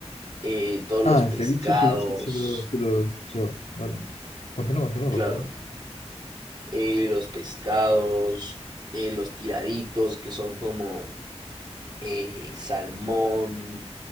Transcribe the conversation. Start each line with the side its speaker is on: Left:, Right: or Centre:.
Right: eh, todos
Left: Ah,
Right: los pescados.
Left: el ceviche sí, lo- sí, sí lo, sí lo he escuchado. Vale. Continúa, continúa, por
Right: Claro,
Left: favor.
Right: eh, los pescados, eh, los tiraditos que son como eh, salmón